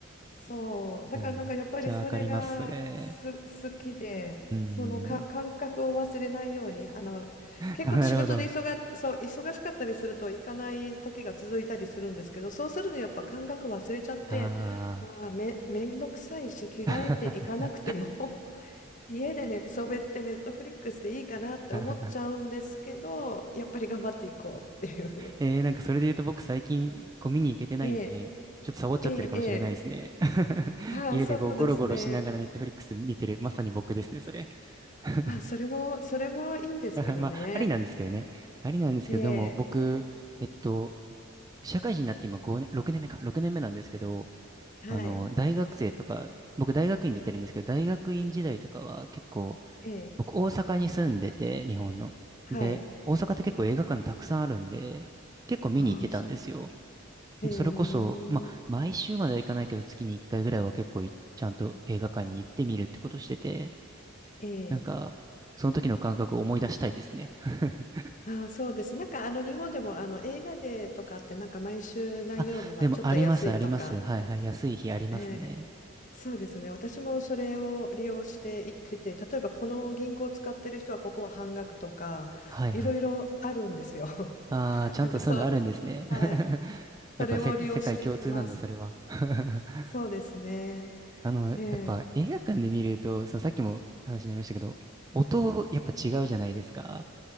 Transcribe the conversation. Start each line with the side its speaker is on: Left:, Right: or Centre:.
Left: そう、だからなんかやっぱりそれがす好きで、
Right: いや、めっちゃわかります、それ。うん
Left: そのか感覚を忘れないように、
Right: <laughs>
Left: あの結構仕事で忙が、
Right: あなるほど。
Left: そう、忙しかったりすると行かない時が続いたりするんですけど、そうするとやっぱ感覚忘れちゃって、
Right: あ
Left: まあめ、めんどくさいし、着替えて行かなくても
Right: あ。
Left: <laughs> 家で寝そべってネットフリックスでいいかなって思っちゃうんですけど、
Right: <laughs>
Left: やっぱり頑張っていこうっていう。
Right: えー、なんかそれで言うと僕最近ゴミに行けてないんで、
Left: <laughs> ええ、
Right: ちょっとサボっちゃってるかもしれないですね。
Left: ええ、ええ、
Right: <laughs>
Left: はい、
Right: 家でこうゴロゴロしながらネットフリックス見てる、
Left: そうですね。
Right: まさに僕ですね、それ。<laughs>
Left: まあ、それも、それもいいんですけどね。
Right: まあ、ありなんですけどね。ありなんですけど、
Left: ええ、
Right: でも僕、えっと、社会人になって今5年、6年目か、6年目なんですけど、
Left: はい、
Right: あの、大学生とか、僕大学院出てるんですけど、大学院時代とかは結構、
Left: ええ、
Right: 僕大阪に住んでて、日本の。
Left: はい。
Right: で、大阪って結構映画館たくさんあるんで、結構見に行ってたんですよ。
Left: ああ、すへえ、
Right: もうそれこそ、まあ、毎週まではいかないけど、月に1回ぐらいは結構いちゃんと映画館に行ってみるってことしてて、
Left: ええ、
Right: なんか、その時の感覚を思い出したいですね。<laughs>
Left: ああ、そうです。なんか、あの、日本でも、あの、映画デーとかって、なんか、毎週何曜日はちょっと安いとか、
Right: あ、でもあります、あります。はいはい。安い日ありますね。
Left: ええ、そうですね。私もそれを利用して行ってて、例えば、この銀行を使ってる人は、ここは半額とか、
Right: はいはい。
Left: いろいろあるんですよ。
Right: ああ、
Left: <laughs>
Right: ちゃんとそういうのあるんですね。
Left: なんか、そう、はい。
Right: <laughs> やっぱせ、
Left: それを利用して行ってます。
Right: 世界共通なんだ、それは。<laughs>
Left: そうですね。
Right: あの、やっぱ映画館で見ると、
Left: ええ
Right: そのさっきも話になりましたけど、音、やっぱ違うじゃないですか。